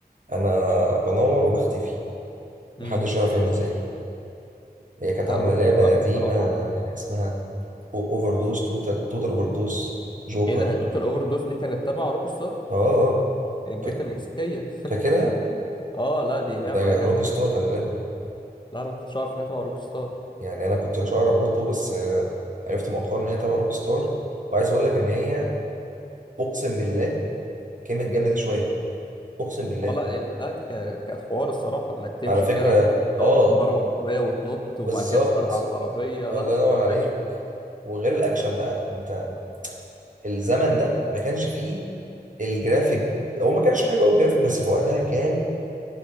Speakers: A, on the right; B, on the left.
A: انا بنور وبختفي
B: امم
A: محدش يعرف يعمل زيي هي كانت
B: لا
A: عامله
B: روك
A: لعبه
B: ستار
A: قديمه
B: بصراحه
A: كان اسمها اوفر دوز توتال توتال اوفر دوز جوكر
B: ايه ده هي توتال اوفر دوز دي كانت تبع روك ستار
A: اه اه
B: الجات
A: فاك-
B: المكسيكيه
A: فاكرها
B: اه لا دي لعبه
A: ده
B: جامده
A: روك ستار
B: جدا
A: خلي بالك
B: لا انا ما كنتش عارف انها تبع روك ستار
A: يعني انا كنت مش اعرف برضه بس آه، عرفت مؤخرا ان هي تبع روك ستار وعايز اقول لك ان هي اقسم بالله كلمة جامدة دي شوية أقسم بالله
B: اه لا إيه، لا دي كانت كانت حوار الصراحه انك تمشي
A: على فكرة
B: كده تقف
A: آه
B: بره العربيه وتنط وبعد
A: بالظبط
B: كده تفرقع العربيه
A: الله
B: لا ده
A: ينور
B: كان
A: عليك
B: اكشن.
A: وغير الأكشن بقى أنت الزمن ده ما كانش فيه الجرافيك هو ما كانش حلو قوي الجرافيك بس في وقتها كان